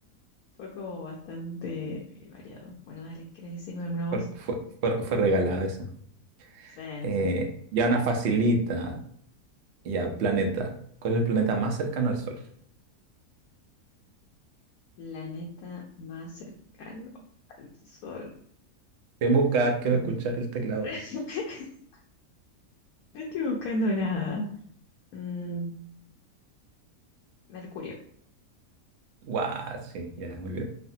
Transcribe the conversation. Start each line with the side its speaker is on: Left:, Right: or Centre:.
Left: fue como bastante eh, variado. Bueno, dale, ¿quieres decirme alguna voz?
Right: fue, fue, fue- fue regalada esa.
Left: Sí,
Right: Eh,
Left: sí.
Right: ya una facilita, ya, planeta. ¿Cuál es el planeta más cercano al Sol?
Left: Planeta más cercano al Sol.
Right: En buscar, quiero
Left: Mm.
Right: escuchar el teclado.
Left: <laughs> No estoy buscando nada. Mm, Mercurio.
Right: Guau, sí, ya, muy bien.